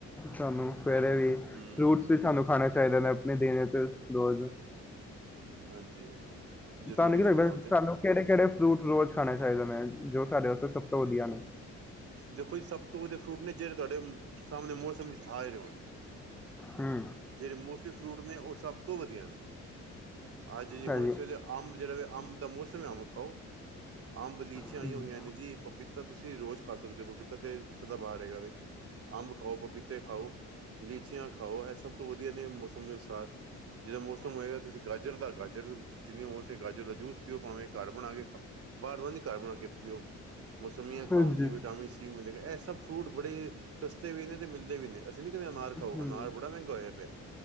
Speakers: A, in the centre; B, on the right.
A: ਸਾਨੂੰ ਸਵੇਰੇ ਵੀ
B: ਹੂੰ
A: ਫਰੂਟਸ
B: ਹੂੰ
A: ਵੀ ਸਾਨੂੰ ਖਾਣੇ ਚਾਹੀਦੇ ਨੇ। ਨੇ ਦੇਣੇ ਤੇ ਰੋਜ਼
B: ਹਾਂਜੀ। ਜ਼ਰੂਰੀ
A: ਤੁਹਾਨੂੰ ਕੀ ਲਗਦਾ
B: ਹੈ ਬੜਾ ਉਹ ਤੇ
A: ਸਾਨੂੰ ਕਿਹੜੇ ਕਿਹੜੇ ਫਰੂਟ ਰੋਜ਼ ਖਾਣੇ ਚਾਹੀਦਾ ਨੇ ਜੋ ਸਾਡੇ ਵਾਸਤੇ ਸਭ ਤੋਂ ਵਧੀਆ ਨੇ।
B: ਦੇਖੋ ਜੀ ਸਭ ਤੋਂ ਵਧਆ ਫਰੂਟ ਨੇ ਜਿਹੜੇ ਤੁਹਾਡੇ ਸਾਹਮਣੇ ਮੌਸਮ ਵਿੱਚ ਆਏ ਰਹੇ ਹੋਣ।
A: ਹੂੰ
B: ਜਿਹੜੇ ਮੋਸਮੀ ਫਰੂਟ ਨੇ ਉਹ ਸਭ ਤੋਂ ਵਧੀਆ ਨੇ ਅੱਜ ਜੀ
A: ਹਾਂਜੀ,
B: ਹੁਣ ਇਸ ਵੇਲੇ। ਅੰਬ ਜਿਹੜਾ ਵੇਲ਼ੇ ਅੰਬ ਦਾ ਮੌਸਮ ਹੈ ਅੰਬ ਖਾਓ ਅੰਬ ਲਈ, ਲੀਚੀਆਂ
A: ਹੂੰ,
B: ਆਈਆਂ ਹੋਈਆਂ ਨੇ ਜੀ ਪਪੀਤਾ ਤੁਸੀਂ ਰੋਜ਼ ਖਾ ਸਕਦੇ ਹੋ ਪਪੀਤਾ ਤੇ ਸਦਾ ਬਾਹਰ ਹੈਗਾ ਵੇ। ਅੰਬ ਖਾਓ ਪਪੀਤੇ ਖਾਓ, ਲੀਚੀਆਂ ਖਾਓ ਇਹ ਸਭ ਤੋਂ ਵਧੀਆ ਨੇ ਮੌਸਮ ਦੇ ਅਨੁਸਾਰ। ਜਿਹਦਾ ਮੌਸਮ ਹੋਏਗਾ ਕਿਸੇ ਗਾਜਰ ਦਾ ਗਾਜਰ ਜਿੰਨੀ ਹੋ ਸਕੇ ਗਾਜਰ ਦਾ ਜੂਸ ਪੀਓ ਭਾਵੇਂ ਘਰ ਬਣਾ ਕੇ ਬਾਹਰ ਦਾ ਨੀ ਘਰ ਬਣਾ ਕੇ ਪੀਓ। ਮੌਸਮੀਆਂ ਖਾਓ
A: ਹਾਂਜੀ,
B: ਜੀ ਵਿਟਾਮਿਨ ਸੀ ਮਿਲੇਗਾ ਇਹ ਸਭ ਫਰੂਟ ਬੜੇ ਸਸਤੇ ਵੀ ਨੇ ਤੇ ਮਿਲਦੇ ਵੀ ਨੇ ਅਸੀਂ ਨਹੀ ਕਹਿੰਦੇ ਅਨਾਰ ਖਾਓ
A: ਹੂੰ,
B: ਅਨਾਰ ਬੜਾ ਮਹਿੰਗਾ ਹੋਇਆ ਪਿਆ।